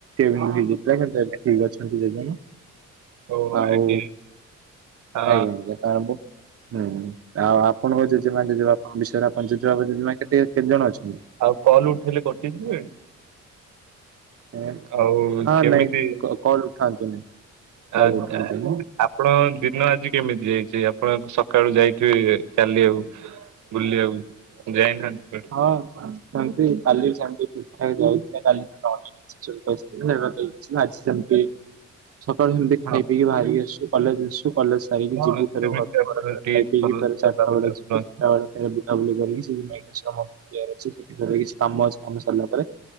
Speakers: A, on the right; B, on the right.
A: <unintelligible> ହେଇଯାଇଥିଲା କିନ୍ତୁ ଏବେ ଠିକ ଅଛନ୍ତି ଜେଜେମା
B: ଓ
A: ଆଉ
B: ଆଜ୍ଞା। ଆ
A: ଆଜ୍ଞା ଆଜ୍ଞା ହୁଁ। ଅନୁସାର ଆପଣଙ୍କ ଜେଜେବାପା ଜେଜେମା କେତେ କେତେ ଜଣ ଅଛନ୍ତି।
B: ଆଉ କଲ ଉଠେଇଲେ କଟିଯିବେ।
A: ଆଜ୍ଞା
B: ଆଉ
A: ହଁ
B: କେମିତି
A: ନାଇଁ କ କଲ୍ ଉଠାନ୍ତୁନି କଲ୍
B: ଆ
A: ଉଠାନ୍ତୁନି
B: ଆପଣ ଦିନ ଆଜି କେମିତି ଯାଇଛି ଆପଣ ସକାଳୁ ଯାଇଥିବେ ଚାଲିବାକୁ ବୁଲିବାକୁ ଯାଇନାହାନ୍ତି। କୁଆଡେ?
A: ହଁ ସେମିତି ଚାଲିଚି ବି ସେମିତି ଠିକଠାକ ଯାଇଥିଲା କାଲି। <unintelligible> ଆଜି ସେମ୍ତି। ସକାଳୁ ସେମିତି ଖାଇପିଇକି
B: ହଁ
A: ବାହାରିକି ଆସିଛୁ କଲେଜ ଆସିଛୁ କଲେଜ ସାରିକି
B: ହଁ
A: ଯିବୁ ଫେର
B: ସେମିତି
A: ଘରକୁ
B: ଆପଣ
A: ଖାଇକି
B: ଟିକେ
A: ପିଇକି
B: ଚଲା
A: ଫେରେ
B: ଚଲାବୁଲା
A: ଚାରିଟା ବେଳେ ଯିବୁ
B: କରନ୍ତୁ।
A: ସେତେବେଳେ ବୁଲାବୁଲି କରିକି <unintelligible> ସେଠି ତାଙ୍କର କିଛି କାମ ଅଛି ।କାମ ସରିଲା ପରେ